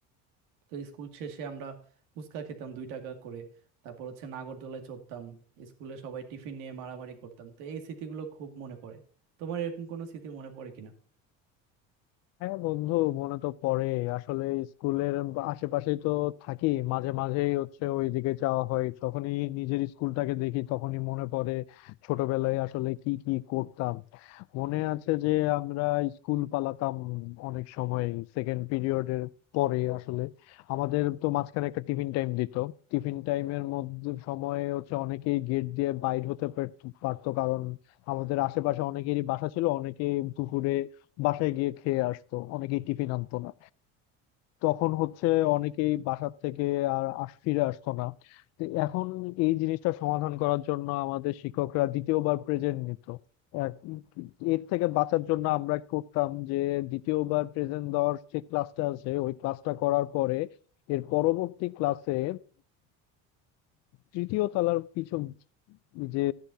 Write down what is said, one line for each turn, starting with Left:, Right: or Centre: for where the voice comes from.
Right: তো স্কুল শেষে আমরা ফুচকা খেতাম দুই টাকা করে তারপর হচ্ছে নাগরদোলায় চড়তাম স্কুলে সবাই টিফিন নিয়ে মারামারি করতাম তো এই স্মৃতিগুলো খুব মনে পড়ে তোমার এরকম কোনো স্মৃতি মনে পড়ে কিনা
Left: হ্যাঁ বন্ধু মনে তো পড়ে আসলে স্কুলের আশেপাশেই তো থাকি মাঝে মাঝেই হচ্ছে ওইদিকে যাওয়া হয় যখনই নিজের স্কুলটাকে দেখি তখনই মনে পড়ে ছোটবেলায় আসলে কি কি করতাম মনে আছে যে আমরা স্কুল পালাতাম অনেক সময় সেকেন্ড পিরিয়ডের পরে আসলে আমাদের তো মাঝখানে একটা টিফিন টাইম দিত টিফিন টাইমের মধ্যে সময়ে হচ্ছে অনেকেই গেট দিয়ে বাইর হতে পারত- পারতো কারণ আমাদের আশেপাশে অনেকেরই বাসা ছিল অনেকেই দুপুরে বাসায় গিয়ে খেয়ে আসতো অনেকেই টিফিন আনতো না তখন হচ্ছে অনেকেই বাসার থেকে আর আস ফিরে আসতো না তো এখন এই জিনিসটা সমাধান করার জন্য আমাদের শিক্ষকরা দ্বিতীয়বার প্রেজেন্ট নিত এক- এর থেকে বাঁচার জন্য আমরা করতাম যে দ্বিতীয়বার প্রেজেন্ট দেওয়ার যে ক্লাসটা আছে ওই ক্লাসটা করার পরে এর পরবর্তী ক্লাসে তৃতীয় তলার পিছন যে